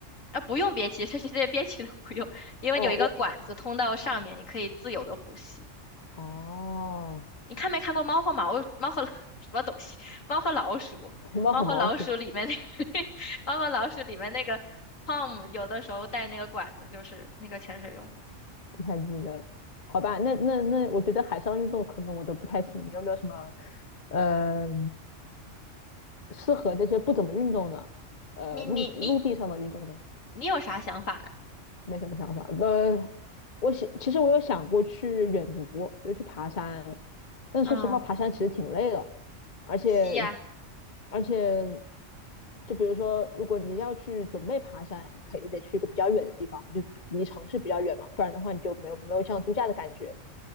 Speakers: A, on the left; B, on the left.
A: 啊，不用憋气，<laughs> 这这些憋气都不用，因为有一个管子通到上面，
B: 哦，我
A: 你可以自由的呼吸。
B: 哦，
A: 你看没看过《猫和毛猫和什么东西？猫和老鼠，
B: 红包和毛鼠
A: 猫和老鼠里面那 <laughs> 猫和老鼠里面那个 Tom 有的时候带那个管子，就是那个潜水用的。
B: 不太记得了。好吧，那那那，我觉得海上运动可能我都不太行。你有没有什么呃适合那些不怎么运动的呃陆陆地上的运动呢？
A: 你你你你有啥想法呢？
B: 没什么想法。呃，我想，其实我有想过去远足，就是去爬山，但是说实话，
A: 嗯，
B: 爬山其实挺累的，而且
A: 吸呀，
B: 而且，就比如说，如果你要去准备爬山，你可以得去一个比较远的地方，就比离城市比较远嘛，不然的话你就没有没有这样度假的感觉。